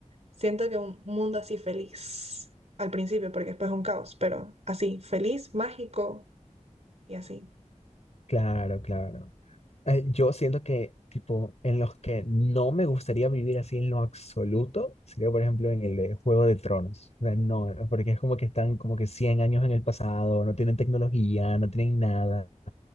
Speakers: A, on the right; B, on the left.
A: siento que un mundo así feliz al principio, porque después es un caos, pero así, feliz, mágico y así.
B: claro, claro. Eh, yo siento que, tipo, en los que no me gustaría vivir así en lo absoluto, sería, por ejemplo, en el de Juego de Tronos. O sea, no, porque es como que están como que 100 años en el pasado, no tienen tecnología, no tienen nada.